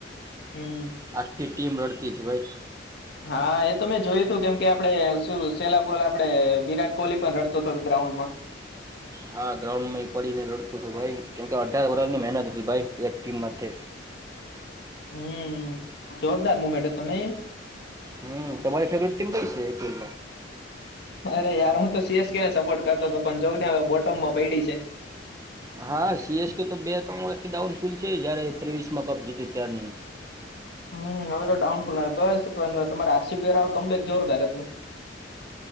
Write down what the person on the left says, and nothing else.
હમ.
હા એ તો મેં જોયું તું કેમ કે આપડે શું સેલા બોલ આપડે વિરાટ કોહલી પણ રડતો હતો. ગ્રાઉન્ડમાં.
હમ. જોરદાર મુ બેઠ તો નહી એ.
અરે યાર હું તો સી એસ કે ને સપોર્ટ કરતો હતો પણ જોઉંને હવે બોટમમાં પૈડી છે.
હમ હવે તો ડાઉન ફુલ બસ પણ તમારે આર સી બી કમબેક જોરદાર હતું.